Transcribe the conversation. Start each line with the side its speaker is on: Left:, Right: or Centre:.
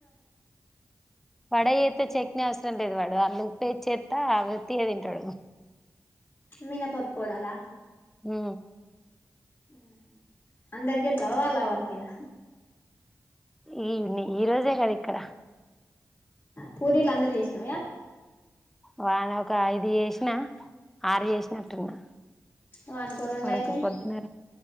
Centre: వడ చేతే చట్నీ అవసరం లేదు వాడు అల్లు ఉప్పే చేస్త ఆ ఊటీయో తింటాడు
Left: మినపప్పు వడల
Centre: హు
Left: ఉహ్మ్ అందరికీ చేతవా వాళ్ళ వరకేనా
Centre: ఇవేనీ ఈ రోజేగా అయితే
Left: పూరీలు అందరు చేసినవ
Centre: వా ఒక ఐదు చేసిన ఆరు చేసినట్టున్నా
Left: వానికో రెండు
Centre: వాడొక
Left: అయితయి
Centre: పొద్దునే